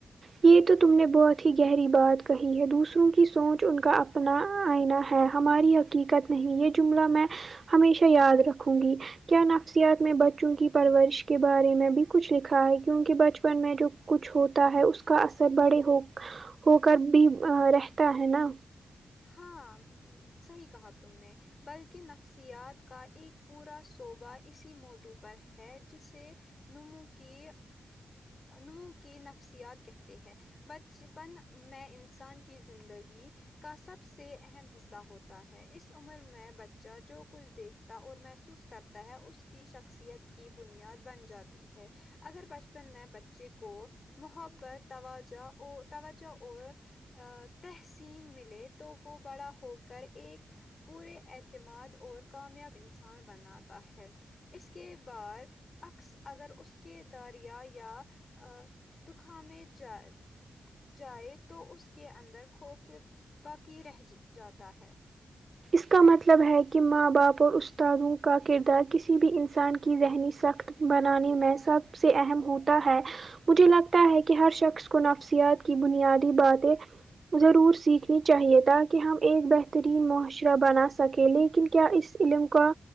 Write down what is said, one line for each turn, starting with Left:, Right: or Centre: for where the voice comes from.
Right: یہ تو تم نے بہت ہی گہری بات کہی ہے دوسروں کی سوچ ان کا اپنا آئینہ ہے ہماری حقیقت نہیں یہ جملہ میں ہمیشہ یاد رکھوں گی کیا نفسیات میں بچوں کی پرورش کے بارے میں بھی کچھ لکھا ہے کیونکہ بچپن میں جو کچھ ہوتا ہے اس کا اثر بڑے ہو ہو کر بھی رہتا ہے نا
Left: ہاں صحیح کہا تم نے بلکہ نفسیات کا ایک پورا صوبہ اسی موضوع پر ہے جس سے نمو کی نمو کی نفسیات کہتے ہیں بچپن میں انسان کی زندگی کا سب سے اہم حصہ ہوتا ہے اس عمر میں بچہ جو کچھ دیکھ تا اور محسوس کرتا ہے اس کی شخصیت کی بنیاد بن جاتی ہے اگر بچپن میں بچے کو محبت توجہ توجہ اور تحسین ملے تو وہ بڑا ہو کر ایک پورے اعتماد اور کامیاب انسان بناتا ہے اس کے بار اکس اگر اس کے داریا یا ا دکھامے جائے جائے تو اس کے اندر خوفے باقی رہ جاتا ہے
Right: اس کا مطلب ہے کہ ماں باپ اور استادوں کا کردار کسی بھی انسان کی ذہنی سخت بنانے میں سب سے اہم ہوتا ہے مجھے لگتا ہے کہ ہر شخص کو نفسیات کی بنیادی باتیں ضرور سیکھنی چاہیے تاکہ ہم ایک بہترین معاش رہ بنا سکے لیکن کیا اس علم کا